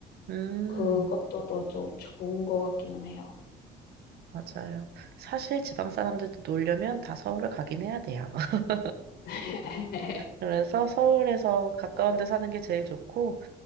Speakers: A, on the right; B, on the left.
A: 음,
B: 그것도 더 좀 좋은 것 같기는 해요.
A: 맞아요. 사실 지방 사람들도 놀려면 다 서울을 가긴 해야 돼요. <laughs>
B: <laughs>
A: 그래서 서울에서 가까운 데 사는 게 제일 좋고,